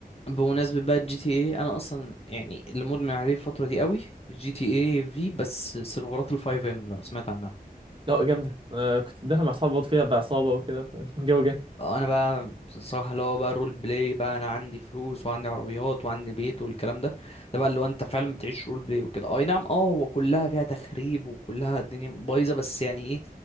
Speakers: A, on the left; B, on the right.
A: بمناسبة بقى الجي تي اي انا اصلا يعني اللي مدمن عليه الفترة دي قوي جي تي اي في بس سيرفرات الفايف ام لو سمعت عنها
B: لا جامده آه كنت داخل مع اصحابي برضه فيها بعصابه وكده فالجو جاي
A: انا بقى صراحة اللي هو بقى رول بلاي بقى انا عندي فلوس وعندي عربيات وعندي بيت والكلام ده ده بقى اللي هو انت فعلا بتعيش رول بلاي وكده اي نعم اه هو كلها فيها تخريب وكلها الدنيا بايظة بس يعني ايه